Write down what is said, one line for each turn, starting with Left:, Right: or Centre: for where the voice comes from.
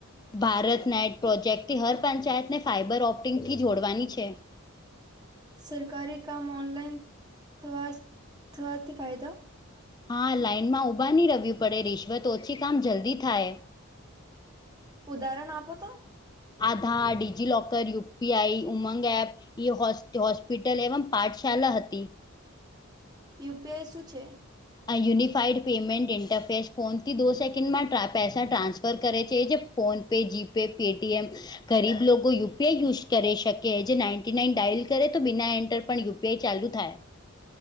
Left: ભારત નાઇટ પ્રોજેક્ટથી હર પંચાયતને ફાઈબર ઓપ્ટિંગથી જોડવાની છે.
Right: સરકારી કામ ઓનલાઈન થવા થવાથી ફાયદો?
Left: હા લાઇનમાં ઊભાની રવ્યૂ પડે રિશ્વત ઓછી કામ જલ્દી થાય.
Right: ઉદાહરણ આપો તો?
Left: Aadhaar DigiLocker UPI Umang app e હો હોસ્પિટલ એવમ પાઠશાળા હતી.
Right: યુપીઆઈ શું છે?
Left: યુનિફાઈડ પેમમેન્ટ ઈન્ટરફેસ ફોનથી દો સેકન્ડમાં ટ્રા પૈસા ટ્રાન્સફર કરે છે જે ફોન પે જીપે પેટીએમ ગરીબ લોકો યુપીઆઈ યુઝ કરી શકે જે નાઇન્ટી નાઇન ડાયલ કરે તો બિના એન્ટર પણ યુપીઆઈ ચાલુ થાય.